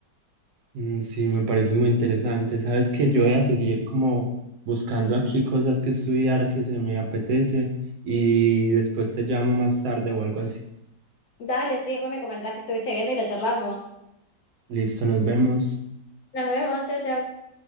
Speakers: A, on the right; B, on the left.
A: Mm, Sí, me parece muy interesante. Sabes que yo voy a seguir como buscando aquí cosas que estudiar que se me apetece y después te llamo más tarde o algo así.
B: Dale, sí, después me comentás que estuviste viendo y lo charlamos.
A: Listo, nos vemos.
B: Nos vemos, chao, chao.